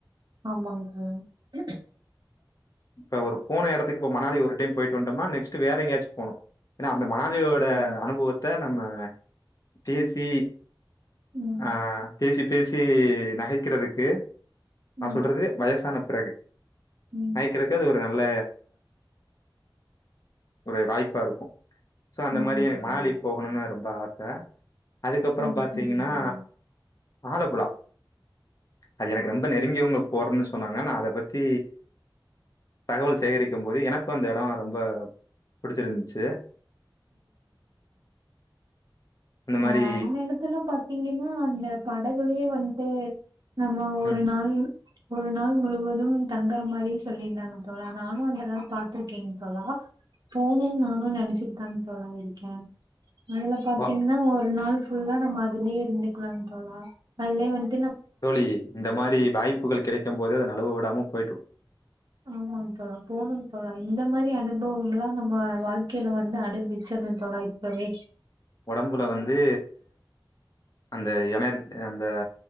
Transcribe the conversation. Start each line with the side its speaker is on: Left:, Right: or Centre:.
Right: ஆமாங்க தோழா
Left: இப்ப ஒரு போன எடத்துக்கு இப்ப மணாடி ஒரு டைம் போயிட்டு வந்டோம்னா நெக்ஸ்ட் வேற எங்கயாச்சு போணு ஏனா அந்த மணாளியோட
Right: ம்.
Left: அனுபவத்த நம்ம அ பேசி
Right: ம்.
Left: ஆஹ் பேசி பேசி நகைக்கிறதுக்கு
Right: ம்.
Left: நா சொல்றது வயசான பிறகு
Right: ம்.
Left: வாங்கிகறக்கு அது ஒரு நல்ல ஒரு வாய்ப்பா இருக்கும் சோ அந்த
Right: ஆமாங்க
Left: மாரி எனக்
Right: தோழா.
Left: மாலிக்கு போகணுனு ரொம்ப ஆச ச அதுக்கப்புறம்
Right: சரி,
Left: பாத்தீங்கன்னா
Right: சரிங்க தோழா.
Left: ஆலப்புழா அது எனக்கு ரொம்ப நெருங்கியவங்க போறன்னு சொன்னாங்க நா அத பத்தி தகவல் சேகரிக்கும் போது எனக்கு அந்த எடம் ரொம்ப புடிச்சிருந்துச்சு இந்த
Right: ஆஹ்
Left: மாதிரி
Right: அந்த எடத்துல பாத்தீங்கன்ன அந்த படகுளயே வந்துட்டு நம்ம ஒரு
Left: ம்
Right: நாள் ஒரு நாள் முழுவதும் தங்கற மாதிரி சொல்லியிருந்தாங்க தோழா நானு அந்த நாள் பாத்திருக்கேங் தோழா போனேன் நானு நெனச்சு தாங்க தோழா இருக்கே அதுல பாத்தீங்கன்னா
Left: ம்
Right: ஒரு நாள் ஃபுல்லா நம்ம அதுலயே இருந்துக்கலாங் தோழா அதுலயே வந்து
Left: தோழி இந்த மாதிரி வாய்ப்புகள் கிடைக்கும் போதே அத நழுவ விடாம போய்ட்டு
Right: ஆமாங்க தோழா போகணும் தோழா இந்த மாதிரி அனுபவம்லா நம்ம வாழ்க்கையில வந்து அனுபிச்சர்னு தோழா இப்பவே
Left: ஒடம்புல வந்து அந்த எணை அந்த